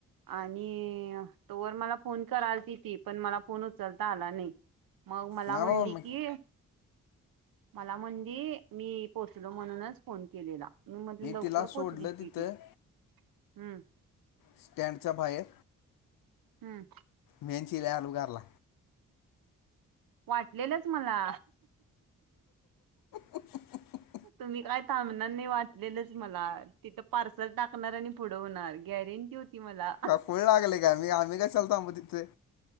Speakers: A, on the right; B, on the left.
A: आणि तोवर मला फोन करालती ती. पण मला फोन उचलता उचलता आला नाही. मग मला
B: ना
A: म्हणली
B: बाबा मी
A: की, मला म्हणली मी पोहोचले म्हणूनच फोन केलेला. मी म्हणल लवकर
B: तिला सोडलं
A: पोहचलीस
B: तिथं
A: कि तू. हं.
B: स्टँडच्या बाहेर.
A: हं.
B: मी आणि चिल्या आलो घरला.
A: वाटलेलच मला.
B: <inaudible>
A: तुम्ही काय थांबणार नाही. वाटलेलंच मला. तिथं पार्सल टाकणार आणि पुढ होणार गॅरेंटी होती. मला
B: का खुळ लागलेय काय आम्ही-आम्ही कशाला थांबु तिथे.